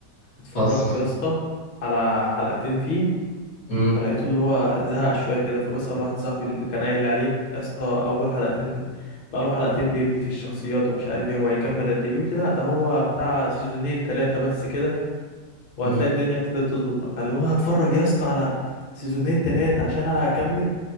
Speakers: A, on the left (about 50°); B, on the left (about 70°).
A: اتفرجت
B: خاصة
A: يا اسطى على حلقتين فيه
B: <laughs> مم.
A: فلقيته اللي هو زهق شويه كده فبسأل واحد صاحبي اللي كان قايل لي عليه يا اسطى اول حلقتين بقى له حلقتين بيبني في الشخصيات ومش عارف ايه هو هيكمل قد ايه بيقول لي لا ده هو بتاع سيزونين ثلاثه بس كده وهتلاقي
B: مم.
A: الدنيا ابتدت تظبط معاه فاللي هو هتفرج يا اسطى على سيزونين ثلاثه عشان اكمل